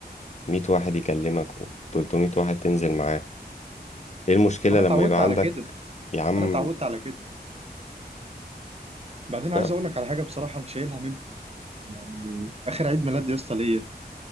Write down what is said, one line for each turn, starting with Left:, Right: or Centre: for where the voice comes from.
Left: مية واحد يكلمك و 300 واحد تنزل معاه ايه المشكلة
Right: ما انا
Left: لما
Right: اتعودت
Left: يبقى
Right: على
Left: عندك
Right: كده
Left: يا عم
Right: انا اتعودت على كده بعدين عايز
Left: لا
Right: اقول لك على حاجه بصراحه انا شايلها منكم يعني اخر عيد ميلاد يا اسطى ليا